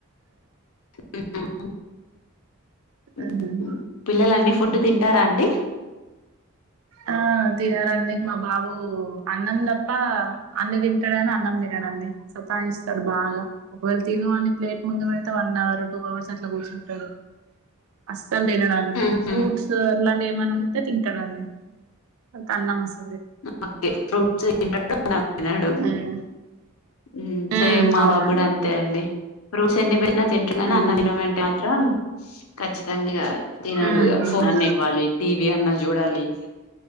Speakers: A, on the left; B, on the right.
A: <inaudible>
B: ఉమ్
A: పిల్లలన్నీ ఫుడ్ తింటారా అండి?
B: ఆ తినారండి మా బాబు అన్నం తప్ప అన్ని తిం టడు కాని అన్నం తినడండి సతాయిస్తడు బాగా. ఒకవేళ తిను అని ప్లేట్ ముందు పెడితే వన్ అవర్, టూ అవర్స్ అట్లా కూర్చుంటడు. అస్ స్సలు తినడు అండి
A: హుహు.
B: ఫ్రూట్స్ అలాం ఏమన్న ఉంటే తింటడండి. ఇంకన్నామస్
A: <inaudible> తినడు
B: ఉమ్
A: మ్మ్
B: ఉమ్
A: సేమ్ మా
B: అవునండి
A: బాబు కూడా అంతే అండి. ఫ్రూట్స్ ఎన్ని పెట్టినా తింటరు గానీ,
B: ఉమ్
A: అన్నం తినమంటే మాత్రం ఖచ్చితంగా రారు తినడు
B: ఉమ్
A: ఇగ ఫోన్ అన్నా ఇవ్వాలి, టీవీ అన్నా చూడాలి. <inaudible>